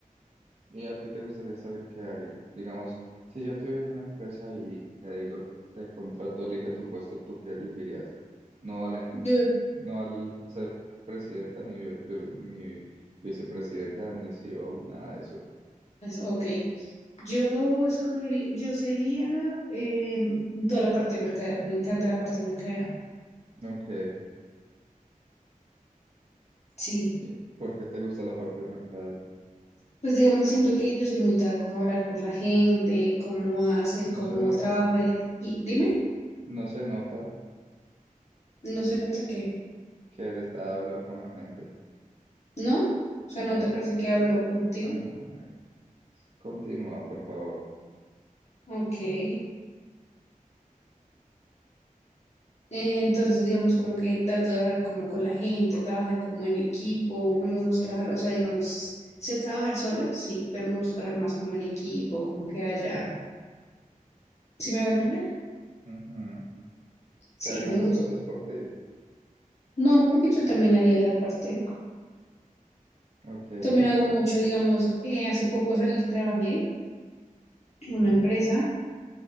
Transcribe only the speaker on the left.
Yo-
es- Ok. Yo escogería, yo sería eh, toda la parte de mercadeo, me encanta la parte de mercadeo,
sí.
Pues digamos, siento que yo soy muy dada como a hablar con la gente, cómo hacer,
cómo
trabajo el... Y dime,
no se nota que,
¿no? O sea,
¿no te parece que hablo contigo?
Ok. Eh, entonces, digamos, como que trato de hablar como con la gente, trabajar como en equipo, no me gusta trabajar, o sea, digamos, sé trabajar sola, sí, pero me gusta trabajar más como en equipo, como que haya... ¿Sí me voy a entender?
Sí,
me
gusta.
No, porque yo también haría la parte.
Yo también hago
mucho, digamos, eh, hace poco salí, trabajé en una empresa